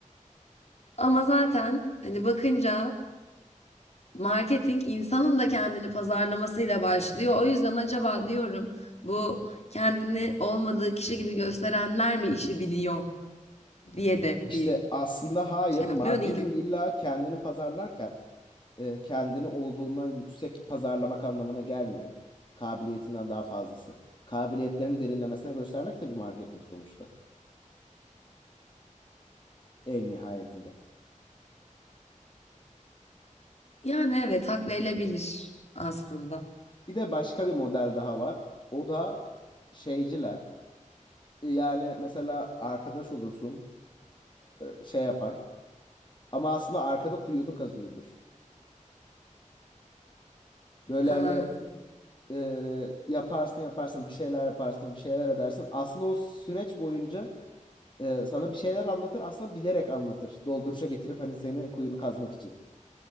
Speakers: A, on the left; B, on the left.
A: Ama zaten hani bakınca marketing insanın da kendini pazarlamasıyla başlıyor. O yüzden acaba diyorum bu kendini olmadığı kişi gibi gösterenler mi işi biliyor diye de bir
B: İşte aslında hayır,
A: şey
B: marketing
A: yapmıyor değilim.
B: illa kendini pazarlarken e, kendini olduğundan yüksek pazarlamak anlamına gelmiyor. Kabiliyetinden daha fazlası. Kabiliyetlerini derinlemesine göstermek de bir marketing sonuçta. En nihayetinde.
A: Yani evet hak verilebilir aslında.
B: Bir de başka bir model daha var. O da şeyciler. E, Yani mesela arkadaş olursun, e, şey yapar. Ama aslında arkada kuyunu kazıyordur. Böyle
A: Ha,
B: hani e, yaparsın yaparsın bir şeyler yaparsın bir şeyler edersin. Aslında o süreç boyunca e, sana bir şeyler anlatır aslında bilerek anlatır. Dolduruşa getirip hani senin kuyunu kazmak için.